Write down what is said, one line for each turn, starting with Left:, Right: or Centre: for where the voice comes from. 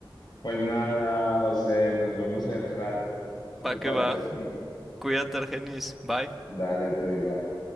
Left: Pues nada, José, nos vemos el rato. ¿Qué te
Centre: Va
Left: parece?
Centre: que va. Cuídate, Argenis. Bye.
Left: Dale tú igual.